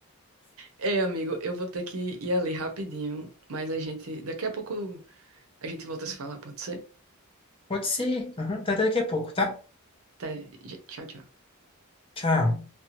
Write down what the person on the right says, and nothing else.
Ei, amigo, eu vou ter que ir ali rapidinho, mas a gente, daqui a pouco a gente volta a se falar, pode ser?
Até, tchau, tchau.